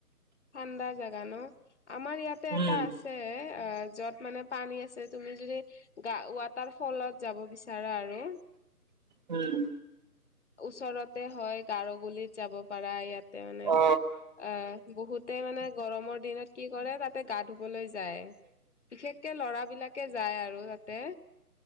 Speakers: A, on the left; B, on the right.
A: ঠাণ্ডা জেগা ন' আমাৰ ইয়াতে
B: উম
A: এটা আছে অ' য'ত মানে পানী আছে তুমি যদি গা-ৱাটাৰ ফলত যাব বিচাৰা আৰু
B: উম।
A: ওচৰতে হয় গাৰগুলিত যাব পাৰা, ইয়াতে মানে
B: অ
A: অ বহুতে মানে গৰমৰ দিনত কি কৰে তাতে গা ধুবলৈ যায়। বিশেষকে ল'ৰাবিলাকে যায় আৰু তাতে।